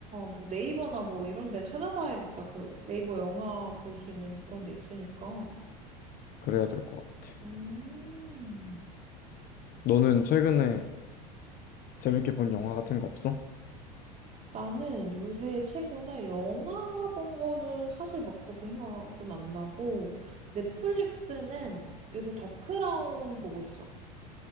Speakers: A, on the right; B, on the left.
A: 뭐 네이버나 뭐 이런 데 찾아봐야겠다. 그 네이버 영화 볼 수 있는 그런 데 있으니까.
B: 그래야 될 것 같아.
A: 음,
B: 너는 최근에 재밌게 본 영화 같은 거 없어?
A: 나는 요새 최근에 영화 본 거는 사실 막 그렇게 생각은 안 나고, 넷플릭스는 요새 더 크라운 보고 있어.